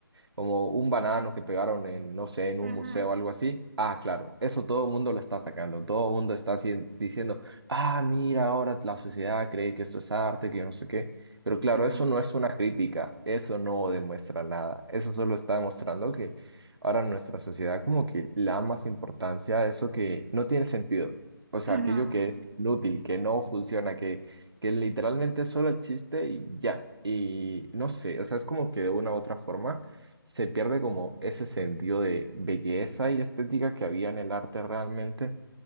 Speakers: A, on the right; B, on the right.
A: como un banano que pegaron en, no sé, en
B: ujú,
A: un museo o algo así. Ah, claro, eso todo el mundo lo está sacando, todo el mundo está así diciendo, ah, mira, ahora la sociedad cree que esto es arte, que yo no sé qué. Pero claro,
B: ujú,
A: eso no es una crítica, eso no demuestra nada, eso solo está demostrando que ahora nuestra sociedad como que le da más importancia a eso que no tiene sentido, o sea,
B: ujú,
A: aquello que es inútil, que no funciona, que, que literalmente solo existe y ya. Y no sé, o sea, es como que de una u otra forma se pierde como ese sentido de belleza y estética que había en el arte realmente